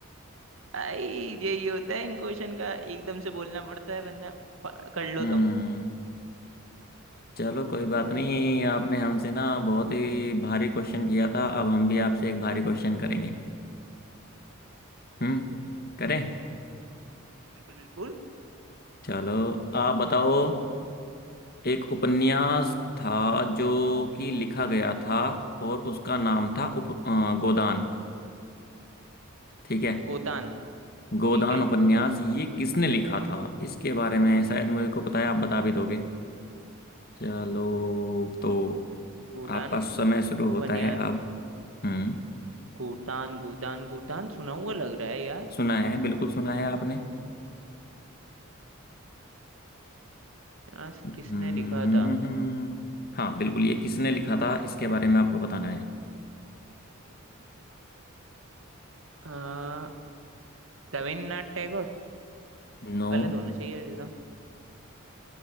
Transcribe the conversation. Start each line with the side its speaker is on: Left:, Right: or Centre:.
Right: भाई यही होता है इन क्वेश्चन का एकदम से बोलना पड़ता है वरना प- कर लो
Left: हम्म
Right: तुम
Left: चलो कोई बात नहीं आपने हमसे ना बहुत ही भारी क्वेश्चन किया था अब हम भी आपसे एक भारी क्वेश्चन करेंगे हम्म करें
Right: बिल्कुल बिल्कुल
Left: चलो आप बताओ एक उपन्यास था जो कि लिखा गया था और उसका नाम था उप, अ, गोदान ठीक है
Right: गोदान
Left: गोदान
Right: ठीक है
Left: उपन्यास ये किसने लिखा था इसके बारे में शायद मुझे को पता है आप बता भी दोगे चलो तो
Right: गोदान
Left: आपका
Right: उप,
Left: समय शुरू होता
Right: उपन्यास
Left: है अब हम्म
Right: गोदान गोदान गोदान सुना हुआ लग रहा है यार
Left: सुना है बिल्कुल सुना है आपने
Right: आज
Left: हम्म
Right: किसने
Left: हम्म,
Right: लिखा था
Left: हम्म, हम्म। हाँ बिल्कुल ये किसने लिखा था इसके बारे में आपको बताना है
Right: आ, रविन्द्रनाथ टैगोर
Left: नो
Right: गलत होना चाहिए वैसे तो